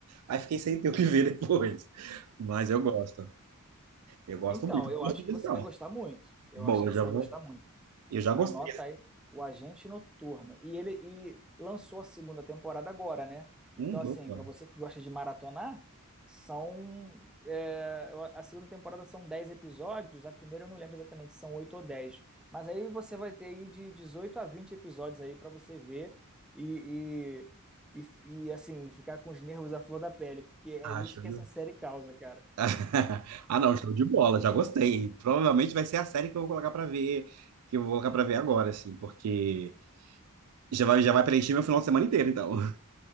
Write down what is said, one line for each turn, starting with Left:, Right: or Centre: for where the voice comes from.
Right: aí fiquei sem ter o que ver depois. Mas eu gosto. Eu gosto
Centre: Então,
Right: muito.
Centre: eu
Right: Boa
Centre: acho
Right: sugestão.
Centre: que você vai gostar muito. Eu
Right: Bom,
Centre: acho que
Right: eu
Centre: você
Right: já vou.
Centre: vai gostar muito.
Right: Eu já gostei.
Centre: Anota aí, o Agente Noturno. E ele e lançou a segunda temporada agora, né? Então,
Right: Hum,
Centre: assim,
Right: opa.
Centre: para você que gosta de maratonar, são. é, a segunda temporada são 10 episódios, a primeira eu não lembro exatamente se são 8 ou 10, Mas aí você vai ter aí de 18 a 20 episódios aí para você ver e, e, e, e, assim, ficar com os nervos à flor da pele, porque é
Right: Acho,
Centre: isso que
Right: viu?
Centre: essa série causa, cara.
Right: <laughs> Ah, não, show de bola, já gostei. Provavelmente vai ser a série que eu vou colocar pra ver, que eu vou colocar pra ver agora, assim, porque já vai, já vai preencher meu final de semana inteiro, então. <laughs>